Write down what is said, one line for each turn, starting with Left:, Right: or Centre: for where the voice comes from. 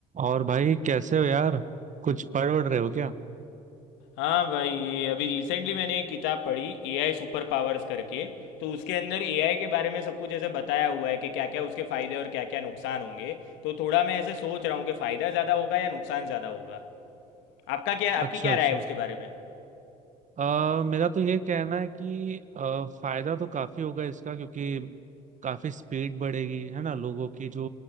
Right: और भाई कैसे हो यार कुछ पढ़ उड़ रहे हो क्या
Left: हाँ भाई ये अभी रिसेंटली मैंने एक किताब पढ़ी एआई सुपर पावर्स करके तो उसके अंदर एआई के बारे में सब कुछ ऐसे बताया हुआ है कि क्या क्या उसके फायदे और क्या क्या नुकसान होंगे तो थोड़ा मैं ऐसे सोच रहा हूँ कि फायदा ज़्यादा होगा या नुकसान ज़्यादा होगा आपका क्या आपकी
Right: अच्छा
Left: क्या
Right: अच्छा
Left: राय है उसके बारे में
Right: अ, मेरा तो ये कहना है कि अ, फायदा तो काफी होगा इसका क्योंकि काफी स्पीड बढ़ेगी है ना लोगों की जो